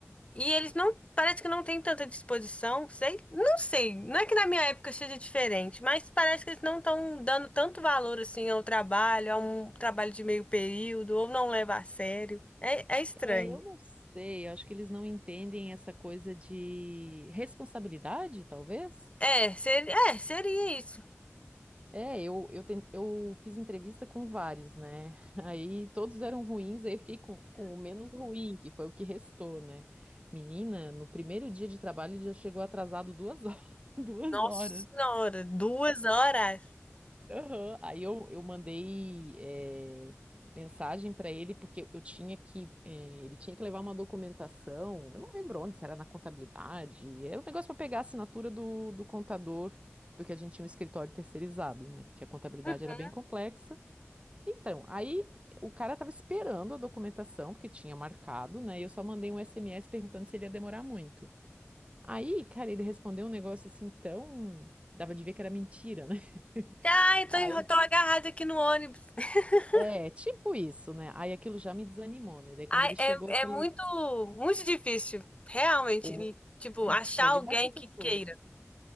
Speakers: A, on the left; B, on the right.
A: E eles não, parece que não têm tanta disposição, sei, não sei. Não é que na minha época seja diferente, mas parece que eles não estão dando tanto valor assim ao trabalho, a um trabalho de meio período, ou não leva a sério. É, é estranho.
B: É, eu não sei, eu acho que eles não entendem essa coisa de responsabilidade, talvez.
A: É, seria, é, seria isso.
B: É, eu, eu, ten- eu fiz entrevista com vários, né? <laughs> Aí todos eram ruins, aí eu fiquei com, com o menos ruim, que foi o que restou, né? Menina, no primeiro dia de trabalho ele já chegou atrasado duas horas. <laughs> Duas
A: Nossa
B: horas.
A: senhora, duas horas.
B: Aham. Aí eu, eu mandei eh, mensagem para ele porque eu tinha que eh, ele tinha que levar uma documentação. Eu não lembro onde, se era na contabilidade. Era um negócio para pegar a assinatura do, do contador, porque a gente tinha um escritório terceirizado, né? Porque a contabilidade
A: Uhum.
B: era bem complexa. Então, aí o cara estava esperando a documentação porque tinha marcado, né? E eu só mandei um SMS perguntando se ele ia demorar muito. Aí, cara, ele respondeu um negócio assim tão dava de ver que era mentira, né? <laughs>
A: Ai, tô,
B: Aí
A: enro- tô agarrada aqui no ônibus. <laughs>
B: É, tipo isso, né? Aí aquilo já me desanimou, né? Daí quando
A: Ai,
B: ele chegou,
A: é,
B: eu falei,
A: é muito, muito difícil, realmente,
B: pô,
A: e, tipo,
B: li-
A: achar
B: é
A: alguém
B: lidar com pessoas.
A: que queira.